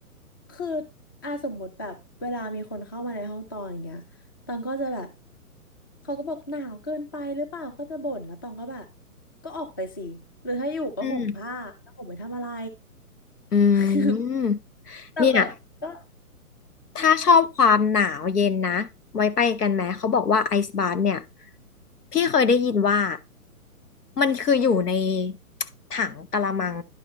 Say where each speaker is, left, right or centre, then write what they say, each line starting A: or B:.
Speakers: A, on the left (about 15°); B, on the left (about 90°).
A: คืออ่าสมมติแบบเวลามีคนเข้ามาในห้องตองอย่างเงี้ยตองก็จะแบบเขาก็บอกหนาวเกินไปหรือเปล่าก็จะบ่นแล้วตองก็แบบ ก็ออกไปสิ หรือถ้าอยู่ก็ห่มผ้าแล้วห่มไปทำอะไร
B: อืมอืม
A: <laughs> แต่แบบก็
B: เนี่ยถ้าชอบความหนาวเย็นนะ
A: อืม
B: ไว้ไปกันไหม เขาบอกว่าไอซ์บา t เนี่ย พี่เคยได้ยินว่า มันคืออยู่ในถังกะละมัง